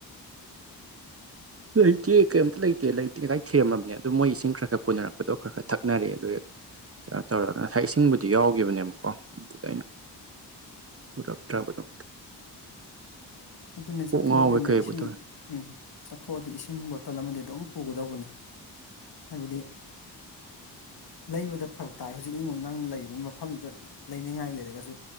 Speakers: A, on the right (about 35°); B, on the left (about 65°).
A: ꯂꯩꯇꯦ ꯀꯩꯝꯇ ꯂꯩꯇꯦ ꯂꯩꯇꯦ ꯀꯗꯥꯥꯏ ꯊꯤꯔꯝꯃꯕꯅꯦ ꯑꯗꯣ ꯃꯣꯏ ꯏꯁꯤꯡ ꯈꯔ ꯈꯔ ꯄꯨꯅꯔꯛꯄꯗꯣ ꯈꯔ ꯈꯔ ꯊꯛꯅꯔꯦ ꯑꯗꯨ ꯀꯩꯅꯣ ꯇꯧꯔꯒ ꯉꯁꯥꯏ ꯏꯁꯤꯡꯕꯨꯗꯤ ꯌꯥꯎꯈꯤꯕꯅꯦꯕꯀꯣ ꯑꯗꯨꯗ ꯑꯩꯅ ꯄꯨꯔꯛꯇ꯭ꯔꯕꯗꯣ
B: ꯑꯗꯨꯅꯦ
A: ꯀꯣꯛ
B: ꯆꯠꯊꯣꯛꯑꯗꯤꯅꯦ
A: ꯉꯥꯎꯕꯩ ꯀꯩꯕꯨ
B: ꯏꯁꯤꯡ
A: ꯇꯧꯔꯦ
B: ꯎꯝ ꯆꯠꯊꯣꯛꯑꯗꯤ ꯏꯁꯤꯡ ꯕꯣꯇꯜ ꯑꯃꯗꯤ ꯑꯗꯨꯝ ꯄꯨꯒꯗꯧꯕꯅꯤ ꯍꯥꯏꯕꯗꯤ ꯂꯩꯕꯗ ꯐꯔꯛ ꯇꯥꯏ ꯍꯧꯖꯤꯛ ꯌꯦꯡꯉꯣ ꯅꯪ ꯂꯩꯔꯤꯕ ꯃꯐꯝꯗꯨꯗ ꯂꯩꯅꯤꯡꯉꯥꯏ ꯂꯩꯔꯒꯁꯨ